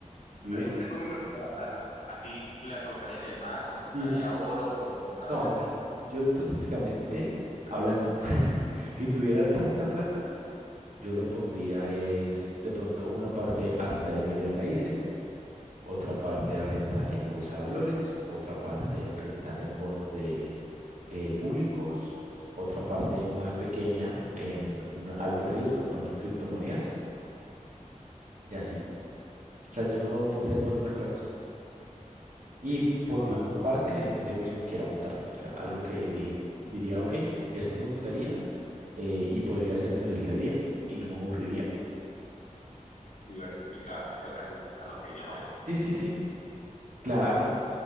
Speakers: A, on the right (about 80°); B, on the left (about 80°).
A: vive.
B: ¿Usted cómo invertiría la plata? ¿Así la colocaría en el banco, compraría
A: Sí,
B: oro o compra
A: no,
B: bienes raíces?
A: yo hipotéticamente hablando, <laughs> si tuviera tanta plata, yo lo pondría es de pronto una parte a rentar en bienes raíces, otra parte a rentar en bolsa de valores, otra parte en rentar en bonos de eh, públicos, otra parte más pequeña en un alto riesgo, por ejemplo, criptomonedas y así. O sea, yo no pondría todo en una sola cosa. Y pondría
B: Vale.
A: una parte en un negocio que quiera montar. O sea, algo que dije, diría, ok, esto me gustaría eh, y podría hacerlo en el día a día y no me aburriría.
B: Diversificar, creo que así es a lo que llama él.
A: Sí, sí, sí, claro.